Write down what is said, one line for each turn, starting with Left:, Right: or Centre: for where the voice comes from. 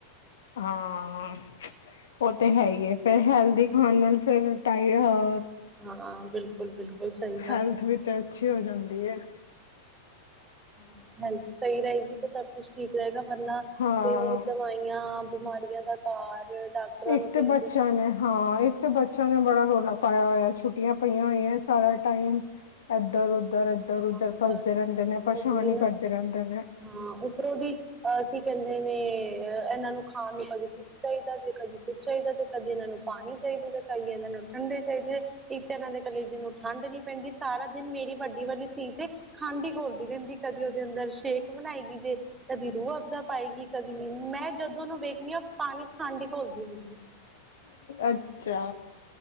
Left: ਹਾਂ। ਓ ਤੇ ਹੈ ਈ ਏ ਫੇਰ ਹੈਲਦੀ ਖਾਨ ਨਾਲ ਫਿਰ <unintelligible>
Right: ਹਾਂ। ਹਾਂ ਬਿਲ ਬਿਲਕੁਲ ਸਈ।
Left: ਹੈਲਥ ਵੀ ਤੇ ਅੱਛੀ ਹੋ ਜਾਂਦੀ ਏ।
Right: ਹਾਂ ਹੈਲਥ ਸਈ ਰਹੇਗੀ ਤੇ ਸਭ ਕੁਛ ਠੀਕ ਰਹੇਗਾ ਵਰਨਾ
Left: ਹਾਂ
Right: ਤੇ ਦਵਾਈ ਯਾਂ ਬਿਮਾਰੀਆਂ ਦਾ ਕਾਰ ਡਾਕਟਰਾਂ
Left: ਏਕ
Right: ਨੂੰ ਫੀਸ
Left: ਤੇ ਬੱਚੇਆਂ
Right: ਦੇਣੀ।
Left: ਨੇ ਹਾਂ ਏਕ ਤੇ ਬੱਚੇਆਂ ਨੇ ਬੜਾ ਰੌਲਾ ਪਾਇਆ ਹੋਇਆ ਛੁੱਟੀਆਂ ਪਈਆਂ ਹੋਈਆਂ ਸਾਰਾ ਟਾਈਮ- ਏਧਰ ਉਧਰ, ਏਧਰ
Right: ਹਾਂ
Left: ਉਧਰ ਭਜਦੇ
Right: ਬਸ
Left: ਰਹਿੰਦੇ ਨੇ
Right: ਉਹੀ
Left: ਪਰੇਸ਼ਾਨ
Right: ਨਾ
Left: ਈ ਕਰਦੇ ਰਹਿੰਦੇ ਨੇ।
Right: ਹਾਂ ਉੱਪਰੋਂ ਦੀ ਅਹ ਕੀ ਕਹਿੰਦੇ ਨੇ? ਅ ਏਨਾਂ ਨੂੰ ਖਾਨ ਨੂੰ ਕਦੀ ਕੁੱਛ ਚਾਹੀਦਾ ਜੇ ਕਦੀ ਕੁਛ ਚਾਹੀਦਾ ਤੇ ਕਦੀ ਏਨਾਂ ਨੂੰ ਪਾਨੀ ਚਾਈਦਾ ਤੇ ਕਈ ਏਨਾਂ ਨੂੰ ਠੰਡੇ ਚਾਈਦੇ ਇੱਕ ਏਨਾਂ ਦੇ ਕਲੇਜੇ ਨੂੰ ਠੰਢ ਨੀ ਪੈਂਦੀ ਸਾਰਾ ਦਿਨ ਮੇਰੀ ਵੱਡੀ ਵਾਲੀ ਧੀ ਤੇ ਖੰਡ ਹੀ ਘੋਲਦੀ ਰਹਿੰਦੀ ਕਦੀ ਓਦੇ ਅੰਦਰ ਸ਼ੇਕ ਬਨਾਏਗੀ ਜੇ। ਕਦੀ ਰੂਹਅਫਜਾ ਪਾਏਗੀ, ਕਦੀ ਨੀਂਬੂ ਮੈਂ ਜਦੋਂ ਓਨੂੰ ਵੇਖਣੀ ਆ ਪਾਨੀ 'ਚ ਖੰਡ ਹੀ ਘੋਲਦੀ ਹੁੰਦੀ ਏ।
Left: ਅੱਛਾ,